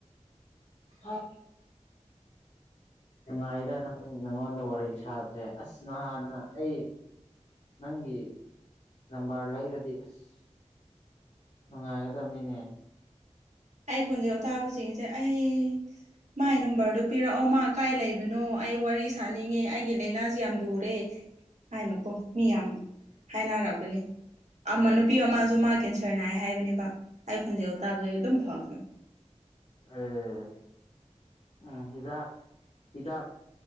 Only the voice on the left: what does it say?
ꯍꯥꯠ ꯀꯅꯥꯏꯗ ꯅꯪ ꯅꯪꯉꯣꯟꯗ ꯋꯥꯔꯤ ꯁꯥꯕꯖꯦ ꯑꯁ ꯅꯍꯥꯟꯅ ꯑꯩ ꯅꯪꯒꯤ ꯅꯝꯕꯔ ꯂꯩꯔꯗꯤ ꯑꯁ ꯅꯨꯡꯉꯥꯏꯒꯗꯕꯅꯤꯅꯦ
ꯑꯩ ꯎꯝ ꯍꯤꯗꯥꯛ ꯍꯤꯗꯥꯛ